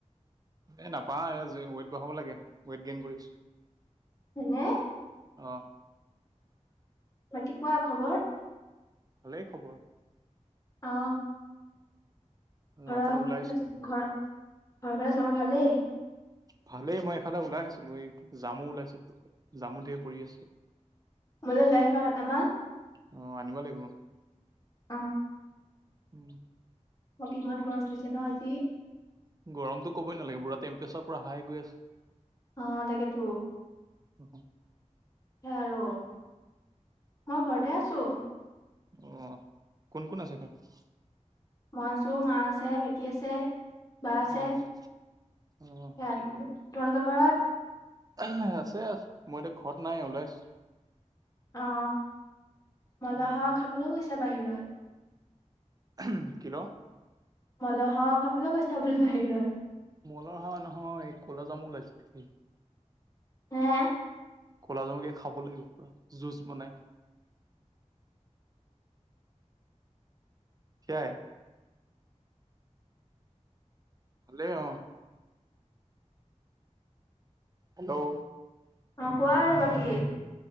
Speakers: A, on the right; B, on the left.
A: এ নাপাও ৱেইট বঢ়াব লাগে ৱেইট গেইন কৰিছো
B: এনে
A: অ
B: বাকী কোৱা খবৰ
A: ভলেই খবৰ
B: অ
A: অ',
B: ঘৰ
A: এফালে ওলাই আহিছিলো
B: ঘৰ ঘৰ চাব ভালেই
A: ভালেই মই এফালে ওলাই আহিছিলো এই জামু ওলাইছে জামু ঢেৰ পৰি আছে
B: মলৈ লৈ আহিবা কেইটামান
A: অ', আনিব লাগিব
B: অ
A: উম
B: মই ইমান গৰম পৰিছে ন আজি
A: গৰমতো ক'বই নালাগে পুৰা টেম্পেৰেচাৰ পূৰা হাই গৈ আছে
B: অ তাকে তো
A: হম
B: সে আৰু মই ঘৰতে আছো
A: অ কোন কোন আছে ঘৰত?
B: মই আছো মা আছে ভাইটি আছে বা আছে
A: অ', অ',
B: ই তোমালোকৰ ঘৰত
A: আছে মই এতিয়া ঘৰত নাই ওলাইছো
B: অ মলহ
A: উম,
B: খাবলৈ গৈছে বাহিৰত
A: উ কিল
B: মলহ খাৱ খাবলৈ গৈছা বোলি ভাবিলোঁ।
A: মলৰ হাৱা নহয় এই কলা জামু ওলাইছে দে।
B: হা
A: কলাজামুকে খাব লাগিব পুৰা জুচ বনাই সেইয়াই হালে অ হেল্ল'
B: অ কোৱা আৰু বাকী